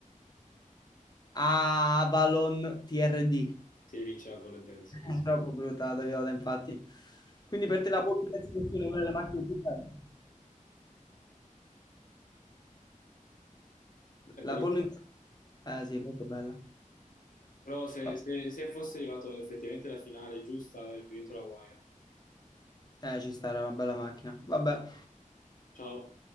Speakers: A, on the left (about 30°); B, on the left (about 75°).
A: Avalon TRD.
B: sì, vince la volontaria emoziona.
A: È troppo brutta la Toyota, infatti. Quindi per te la Polo in terza posizione è una delle macchine più belle?
B: È
A: La
B: bellissimo.
A: Polo in terza... Eh sì, molto bella.
B: Però se,
A: Oh,
B: se- se fosse arrivato effettivamente alla finale giusta, avrebbe vinto la guaina.
A: Eh, ci sta, era una bella macchina. Vabbè.
B: Ciao.